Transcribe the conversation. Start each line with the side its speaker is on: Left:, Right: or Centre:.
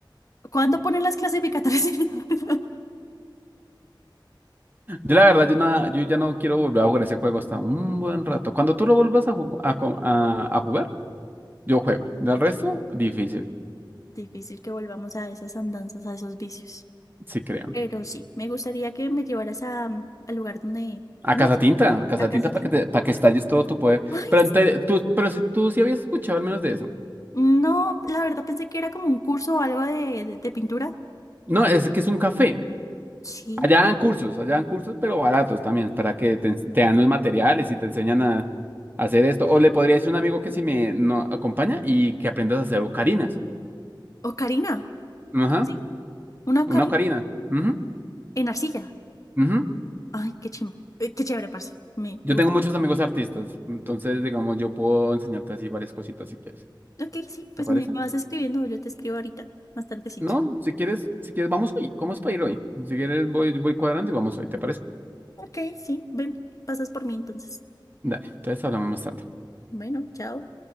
Left: ¿cuándo ponen las clasificatorias? <laughs>
Right: Yo la verdad, yo, na- yo ya no quiero volver a jugar ese juego hasta un buen rato. Cuando tú lo vuelvas a, ju- a, co- a- a jugar, yo juego. Del resto, difícil,
Left: Difícil que volvamos a esas andanzas, a esos vicios.
Right: sí creo.
Left: Pero sí, me gustaría que me llevaras a, al lugar donde... ¿no?
Right: A Casatinta, a Casatinta
Left: ¿A casa
Right: para que te, para que estalles todo tu poder.
Left: Ay,
Right: Pero, ente-
Left: sí.
Right: tú, pero si tú sí habías escuchado al menos de eso.
Left: No, la verdad pensé que era como un curso o algo de, de, de pintura.
Right: No, es que es un café.
Left: Sí.
Right: Allá dan cursos, allá dan cursos, pero baratos también, para que te, ens- te dan los materiales y te enseñan a, a hacer esto. O le podría decir a un amigo que si me no, acompaña y que aprendas a hacer ocarinas.
Left: Ocarina.
Right: Ajá,
Left: ¿Cómo así? Una ocarina
Right: una ocarina. Ujú,
Left: en arcilla.
Right: ujú.
Left: Ay, qué chimbo. Eh, qué chévere, parce. Me,
Right: Yo
Left: me gustó.
Right: tengo muchos amigos artistas, entonces, digamos, yo puedo enseñarte así varias cositas si quieres.
Left: Ok, sí,
Right: ¿Te
Left: pues
Right: parece?
Left: me, me vas escribiendo. Yo te escribo ahorita, más tardecito.
Right: No, si quieres, si quieres, vamos hoy. ¿Cómo es para ir hoy? Si quieres, voy, voy cuadrando y vamos hoy, ¿te parece?
Left: Ok, sí. Ven, pasas por mí entonces.
Right: Dale, entonces hablamos más tarde.
Left: Bueno, chao.